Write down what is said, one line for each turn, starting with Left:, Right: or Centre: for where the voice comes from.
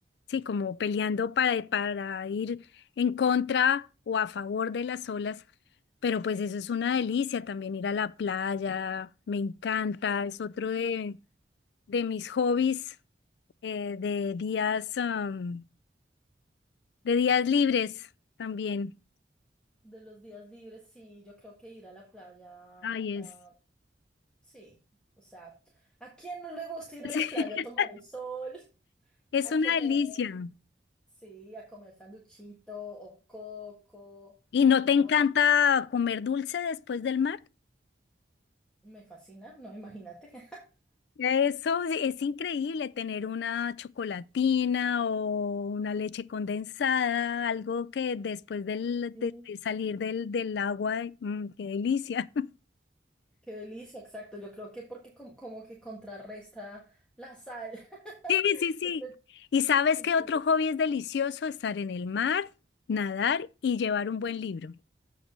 Left: sí, como peleando para, para ir en contra o a favor de las olas, pero pues eso es una delicia también ir a la playa, me encanta, es otro de, de mis hobbies, eh, de días, am, de días libres también.
Centre: De los días libres, sí, yo creo que ir a la playa,
Left: Ay, es,
Centre: ah, sí, o sea, ¿a quién no le gusta ir
Left: <laughs>
Centre: a la playa a tomar el sol,
Left: es
Centre: a
Left: una
Centre: comer,
Left: delicia.
Centre: sí, a comer sanduchito o coco?
Left: ¿Y no
Centre: No,
Left: te encanta
Centre: eso es-
Left: comer dulce después del mar?
Centre: me fascina, no, imagínate. <laughs>
Left: Eso es increíble, tener una chocolatina o una leche condensada, algo que después del,
Centre: Sí.
Left: de, de salir del, del agua, mm, qué delicia. <laughs>
Centre: Qué delicia, exacto. Yo creo que porque com- como que contrarresta la sal. <laughs>
Left: Sí, sí, sí.
Centre: Yo creo que
Left: ¿Y sabes
Centre: entonces,
Left: qué otro hobby es delicioso? Estar en el mar, nadar y llevar un buen libro.